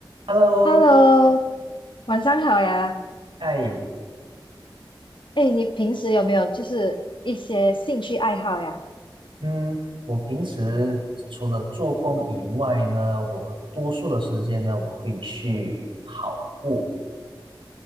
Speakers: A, on the right; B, on the left.
A: Hello，
B: Hello，晚上好呀。
A: 哎，
B: 哎，你平时有没有就是一些兴趣爱好呀？
A: 嗯，我平时除了做工以外呢，我多数的时间呢，我会去跑步。